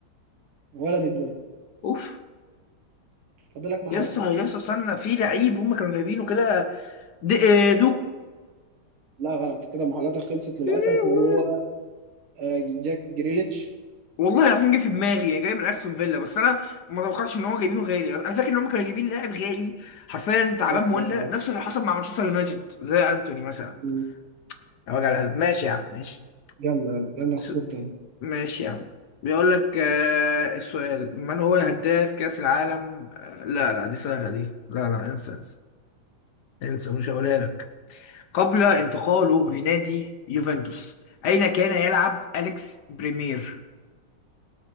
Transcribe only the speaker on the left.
اوف
يا اسطى يا اسطى استنى في لعيب هم كانوا جايبينه كده دي- آه، دوكو
يا لهوي.
والله العظيم جه في دماغي جاي من استون فيلا بس انا ما توقعتش ان هو جايبينه غالي انا فاكر ان هم كانوا جايبين لاعب غالي حرفيا تعبان
مولع
نفس اللي حصل مع مانشستر يونايتد زي انتوني مثلا
يا وجع القلب ماشي يا عم ماشي
س-
ماشي يا عم بيقول لك آه السؤال من هو هداف كأس العالم آه لا لا دي سهلة دي لا لا انسى انسى انسى مش هقولها لك قبل انتقاله لنادي يوفنتوس أين كان يلعب أليكس بريمير